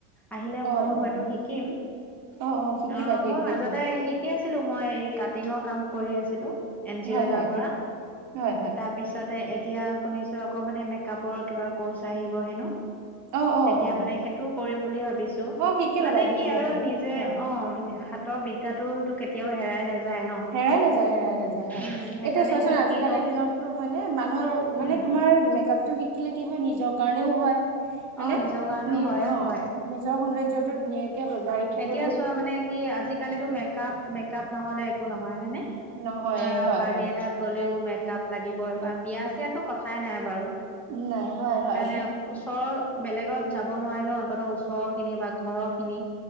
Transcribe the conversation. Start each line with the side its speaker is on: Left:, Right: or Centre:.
Centre: আহিলে
Right: অ
Centre: ময়ো
Right: অ
Centre: হয়তো শিকিম
Right: অ শিকিবা
Centre: অ
Right: শিকিবা
Centre: মই মাজতে শিকি আছিলো মই কাটিঙৰ কাম কৰি আছিলো এন জি
Right: হয়
Centre: অ' তাৰ
Right: হয়
Centre: পৰা
Right: হয় হয়
Centre: তাৰপিছতে এতিয়া শুনিছো আকৌ মানে মেকআপৰ কিবা ক'ৰ্চ আহিব হেনো
Right: অ অ
Centre: তেতিয়া
Right: অ
Centre: মানে সেইটোও কৰিম বুলি ভাবিছো
Right: অ শিকি ল'বা
Centre: মানে
Right: শিকি
Centre: কি
Right: ল'বা
Centre: আৰু নিজে
Right: হয়
Centre: অ হাতৰ বিদ্যাতো তো কেতিয়াও হেৰাই নাযায় ন
Right: হেৰাই নাযায় হেৰাই নাযায় হয় এতিয়া
Centre: উম সেইকাৰণে
Right: চোৱাচোন
Centre: শিকি
Right: আজিকালিৰ
Centre: লওঁ
Right: দিনততটো হয়নেে মানুহৰ মানে
Centre: উম
Right: তোমাৰ মেকআপ টো শিকিলে কি হয় নিজৰ কাৰণেও হয়
Centre: অ
Right: হয়নে
Centre: নিজৰ কাৰণেও
Right: নি
Centre: হয়
Right: অ
Centre: হয়
Right: নিজৰ সৌন্দৰ্য টো ধুনীয়াকে বজাই ৰাখিব
Centre: এতিয়া চোৱা মানে কি আজিকালিতো মেকআপ মেকআপ নহ'লে একো নহয় হয়নে
Right: নহয়
Centre: ধৰা
Right: হয়
Centre: পাৰ্টি
Right: হয়
Centre: এটাত গলেও মেকপ লাগিব বা বিয়া চিয়াতটো কথাই নাই বাৰু
Right: নাই হয় হয়
Centre: কাৰণে ওচৰৰ বেলেগত যাব নোৱাৰিলেও অন্তত ওচৰৰ খিনি বা ঘৰৰ খিনি